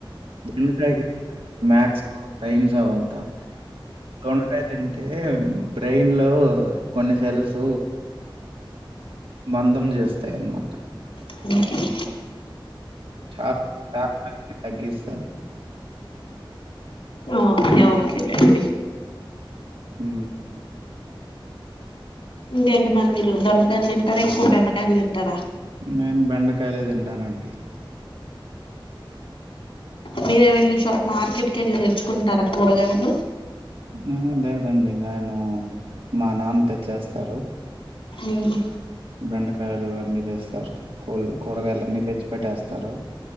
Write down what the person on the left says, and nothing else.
<inaudible>
ఓకే, ఓకే లేండి.
ఇంకేంటి మరి మీరు దొండకాయలు తింటరా, ఎక్కువ బెండకాయలు తింటరా?
మీరే వెళ్ళి షాప్ మార్కెట్ కెళ్ళి తెచ్చుకుంటారా కూరగాయలు.
ఇంకా